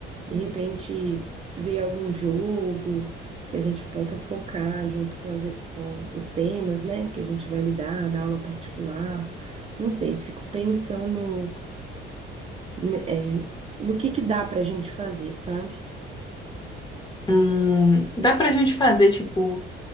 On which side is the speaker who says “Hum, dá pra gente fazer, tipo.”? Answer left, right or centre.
Left